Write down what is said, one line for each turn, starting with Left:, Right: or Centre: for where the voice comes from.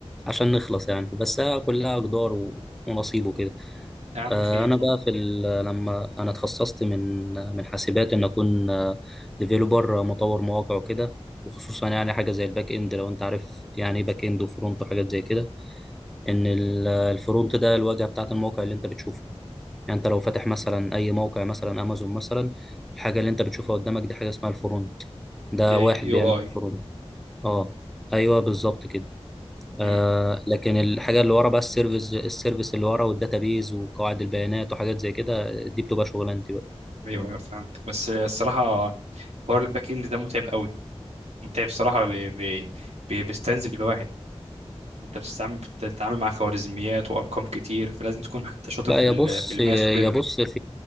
Centre: عشان نخلص يعني بس هي كلها اقدار و... ونصيبه كده
Right: يا عم
Centre: آه
Right: خير
Centre: انا بقى في ال... لما انا اتخصصت من من حاسبات ان اكون ديفيلوبر مطور مواقع وكده وخصوصا يعني حاجه زي الباك اند لو انت عارف يعني ايه باك اند وفرونت وحاجات زي كده ان ال- الفرونت ده الواجهه بتاعت الموقع اللي انت بتشوفه يعني انت لو فاتح مثلا اي موقع مثلا امازون مثلا الحاجه اللي انت بتشوفها قدامك دي حاجه اسمها الفرونت ده
Right: هي
Centre: واحد
Right: يو
Centre: بيعمل
Right: اي
Centre: فرونت اه
Right: اه.
Centre: ايوه بالظبط كده
Right: مم.
Centre: آه لكن الحاجه اللي ورا بقى السيرفيس السيرفيس اللي ورا والداتابيز وقواعد البيانات وحاجات زي كده دي بتبقى شغلانتي بقى
Right: ايوه ايوه فهمت بس الصراحة حوار الباك اند ده متعب قوي انت بصراحة بي بي بي- بيستنزف الواحد انت بتستعمل بتتعامل مع خوارزميات وارقام كتير فلازم تكون حتى شاطر
Centre: لا
Right: في
Centre: يا
Right: ال-
Centre: بص
Right: في الماس
Centre: يا
Right: وكده
Centre: بص في